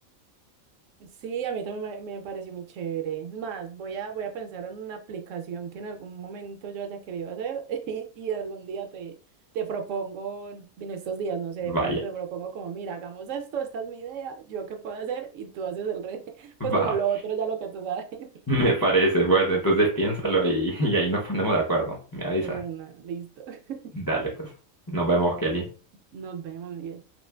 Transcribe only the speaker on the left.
Vaya,
<laughs>
va.
<laughs> Me parece, pues entonces piénsalo
y, <laughs> y ahí nos ponemos de acuerdo. Me avisa.
Dale, pues. Nos vemos, Kelly.